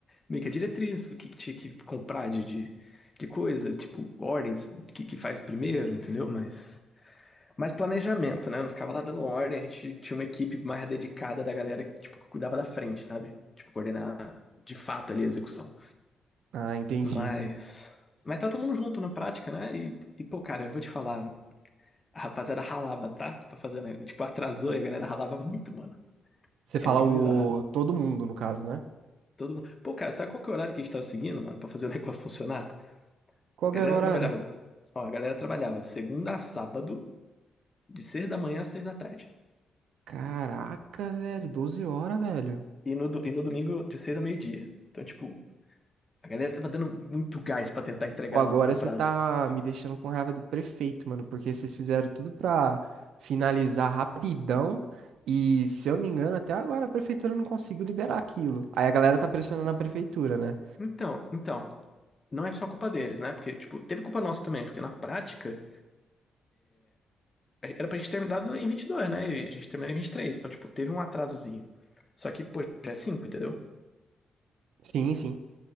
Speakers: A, on the left (about 25°); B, on the right (about 80°).
A: meio que a diretriz, o que, que tinha que comprar de, de, de coisa, tipo, ordens, o que, que faz primeiro, entendeu? Mas mais planejamento, né? Eu não ficava lá dando ordem, a gente tinha uma equipe mais dedicada da galera que, tipo, que cuidava da frente, sabe? Tipo, coordenar de fato ali a execução.
B: Ah, entendi.
A: Mas. Mas tá todo mundo junto na prática, né? E, e pô, cara, eu vou te falar. A rapaziada ralava, tá? Pra fazer, né? Tipo, atrasou e a galera ralava muito, mano.
B: Você
A: É
B: fala
A: muito
B: o
A: bizarro.
B: todo mundo, no caso, né?
A: Todo mundo. Pô, cara, sabe qual que é o horário que a gente tava seguindo, mano, pra fazer o <laughs> negócio funcionar?
B: Qual
A: A galera
B: que era o horário?
A: trabalhava. Ó, a galera trabalhava de segunda a sábado, de seis da manhã a seis da tarde.
B: Caraca, velho, 12 horas, velho.
A: E no, do- e no domingo, de seis a meio-dia. Então, tipo, a galera tava dando muito gás pra tentar entregar
B: Pô, agora
A: no, no
B: você
A: prazo.
B: tá me deixando com raiva do prefeito, mano, porque vocês fizeram tudo pra finalizar rapidão e, se eu não me engano, até agora a prefeitura não conseguiu liberar aquilo. Aí a galera tá pressionando a prefeitura, né?
A: Então, então, não é só culpa deles, né? Porque, tipo, teve culpa nossa também, porque na prática, Era pra gente ter terminado em 22, né? E a gente terminou em vinte e três, Então, tipo, teve um atrasozinho. Só que, pô, já é 5, entendeu?
B: Sim, sim.